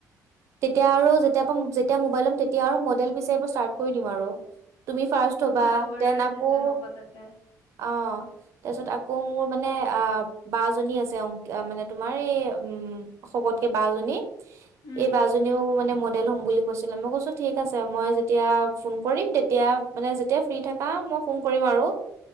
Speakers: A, on the right; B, on the left.
A: তেতিয়া আৰু যেতিয়া, যেতিয়া মোবাইল ল'ম তেতিয়া আৰু মডেল বিচাৰিব ষ্টাৰ্ট কৰি দিম আৰু। তুমি ফাৰ্ষ্ট হ'বা,
B: ফ্লাৱাৰৰ
A: দেন আকৌ।
B: চিজন হ'ব তাতে
A: অ, তাৰপিছত আকৌ মোৰ মানে অ, বা জনী আছে অংক মানে তোমাৰ এই। শকত কে বা জনী,
B: উম,
A: এই বা জনীয়ে মানে মন ল'ম বুলি কৈছিল। মেমে কৈছে, ঠিক আছে, মই যেতিয়া ফোন কৰিম, তেতিয়া, মানে যেতিয়া শুই থাকা। মই ফোন কৰিম আৰু।